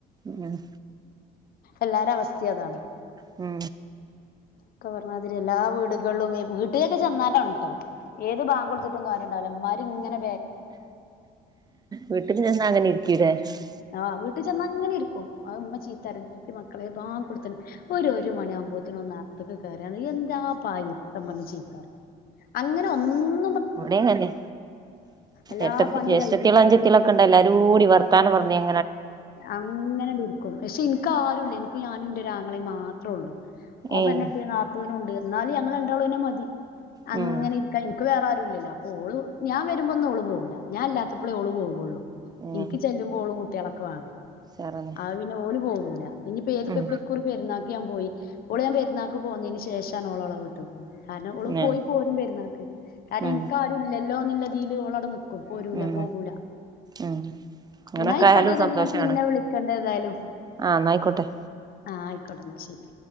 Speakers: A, on the right; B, on the left.
A: മം
B: എല്ലാരേയും അവസ്ഥയതാണ്
A: മ്
B: ഒക്കെ പറഞ്ഞ അതില് എല്ലാ വീടുകളും വീട്ടിലേക്ക് ചെന്നാലാണ്ണുട്ടോ ഏത് ബാങ്ക് കൊടുത്തിട്ടും കാര്യണ്ടാവില്ല ന്മാരിങ്ങനെ
A: വീട്ടിന് ചെന്ന് അങ്ങനെയി - <unintelligible>
B: ആ വീട്ടിൽ ചെന്നാങ്ങനെ ഇരിക്കും ഇമ്മ ചീത്തപറയും നോക്കി മക്കളെ ബാങ്ക് കൊടുത്ത് ഒരു ഒരുമണിയാവുമ്പോത്തേനും ഒന്ന് അകത്തേക്ക് കേറിയെണ് എന്താ <unintelligible> ഇമ്മന്നെ ചീത്തപറയും അങ്ങനെ ഒന്ന്-
A: ഇവിടെയും അങ്ങനെയാ
B: എല്ലാ
A: എട്ടത്തി
B: പണിയും
A: ജേഷ്ടത്തികള്
B: കഴിച്ചിട്ടാവും
A: അനുജത്തികള് ഒക്കെ ഉണ്ടേ എല്ലാരുംകൂടി വർത്താനം പറഞ്ഞേ
B: അങ്ങനെണ്ടിരിക്കും പക്ഷെ എനി- ക്ക് ആരുമില്ല എനിക്ക് ഞാനും എൻ്റെ ഒരാങ്ങളെയും മാത്രേ ഉള്ളു അവൻ
A: ഏഹ്
B: പെണ്ണുക്കെട്ടിതാ നാത്തുനും ഉണ്ട് എന്നാലും ഞങ്ങള് രണ്ടാളുതന്നെ മതി അങ്ങനെ
A: ഉം
B: ഇരിക്കാ എനിക്ക് വേറെ- ഇല്ലലൊ ഓള് ഞാ വരുമ്പൊന്നും ഓള് പോവുല്ല ഞാൻ ഇല്ലാത്തപ്പളേ ഓള് പോകോള്ളൂ
A: ഉം
B: ഇന്ക്ക് ചെല്ലുമ്പോ ഓളും കൂ ട്ട്യാളോക്കേവാണം
A: ഉഷാറന്നെ
B: അഹ്പിന്നെ ഓല് പോകൂല. ഇനിയിപ്പ ഏതിപ്പോ
A: ഉം
B: ഇപ്പൊ ഈ കുറി പെരുന്നാക്ക് ഞാൻ പോയി ഓള് ഞാൻ പെരുന്നാൾക്ക് പോകുന്നതിന് ശേഷാണ് ഓള് ഓളെ വീട്ടി പോണത് കാരണം ഓളും
A: ഉം
B: പോയി പോരും പെരുന്നാൾക്ക്. കാരണം
A: ഉം
B: എനിക്കാരുല്ലല്ലോ ന്നതില് ഓളടെ നിക്ക് ക്കും പോരൂല
A: ഉം
B: പോകൂല
A: ഉം അങ്ങനൊക്കായാലും
B: ന്നാ അയി ക്കോട്ടെന്നാല്
A: സന്തോഷാണ്
B: ഞാൻ പിന്നെ വിളിക്കണ്ട് ഏതായാലും
A: ആഹ് ന്നായിക്കോട്ടെ
B: ആ ആയിക്കോട്ടെന്നാ ശെരി